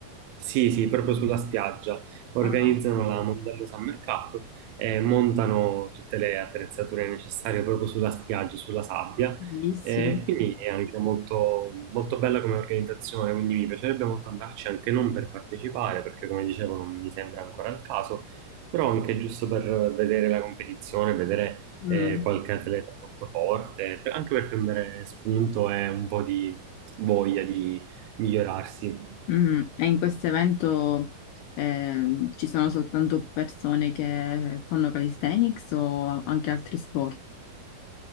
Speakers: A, on the right; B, on the left.
A: Sì, sì, proprio sulla spiaggia. Organizzano
B: Ah,
A: la Mondello Summer Cup e montano tutte le attrezzature necessarie proprio sulla spiaggia, sulla sabbia.
B: bellissimo.
A: E quindi è anche molto, molto bella come organizzazione, quindi mi piacerebbe molto andarci anche non per partecipare, perché come dicevo non mi sembra ancora il caso, però anche giusto per vedere la competizione, vedere
B: Mm.
A: eh, qualche atleta molto forte, per- anche per prendere spunto e un po' di voglia di migliorarsi.
B: Mm, E in questo evento ehm, ci sono soltanto persone che fanno calisthenics o anche altri sport?